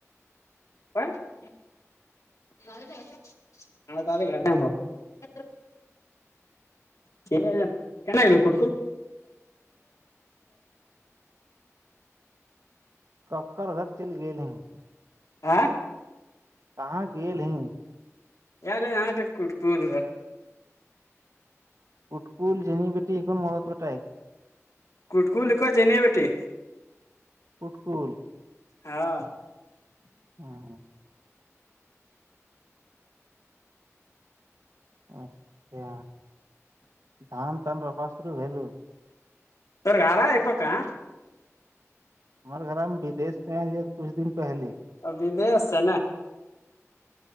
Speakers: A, on the left; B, on the right.
A: <unintelligible> <unintelligible> چینگل کٹک
B: کککر گھر چل گئے ہیں
A: آ
B: کہاں گیل نہیں
A: <unintelligible>
B: اٹکول جیننی بیٹی ان مغد بیٹا ہے
A: کٹ کو ل کو ج نہیں بیٹے
B: اٹکول
A: ہاں
B: ہاں ہاں اچھا دان تان بپا شرو ہےو
A: پارا آکو کاا
B: ہمارے گھر ہم بدی سے ہیں کچھ دن پہلے
A: ودیس سے نا